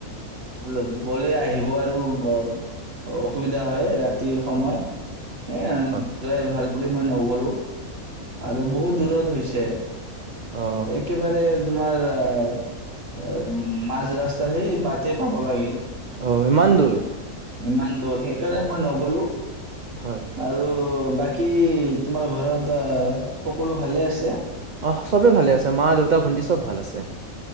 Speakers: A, on the right; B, on the right.
A: গ'লে গ'লে আহিব আৰু অ', অসুবিধা হয় ৰাতি ৰাতিৰ সময়,
B: অ
A: সেই নোযোৱাই
B: হয়
A: ভাল বুলি মই ন <unintelligible> আৰু বহুত দূৰত হৈছে।
B: অ
A: যে একেবাৰে তোমাৰ অ', মাজ ৰাস্তাত সেই বাটত পাব লাগে।
B: অ', ইমান দূৰ।
A: ইমান দূৰ সেইকাৰণে মই নগ'লো।
B: হয়
A: আৰু বাকী তোমাৰ ঘৰত অ সকলো ভালে আছে?
B: অ', সবেই ভালে আছে মা-দেউতা, ভণ্টি সব ভাল আছে।